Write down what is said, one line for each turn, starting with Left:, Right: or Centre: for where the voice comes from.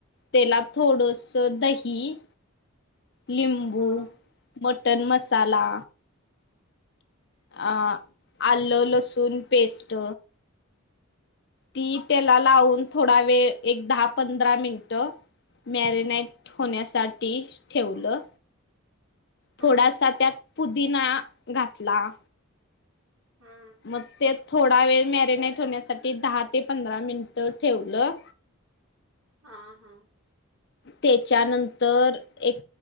Left: त्याला थोडस दही लिंबू,
Right: हा.
Left: मटन मसाला अ आलं लसूण पेस्ट ती त्याला लावून थोडा वेळ एक दहा पंधरा मिनिट मॅरिनेट होण्यासाठी ठेवलं.
Right: हा
Left: थोडासा त्यात पुदीना घातला.
Right: हा हा
Left: मग ते थोडा वेळ मॅरिनेट होण्यासाठी दहा ते पंधरा मिनिट ठेवलं.
Right: हा. हा.
Left: तेच्यानंतर एक,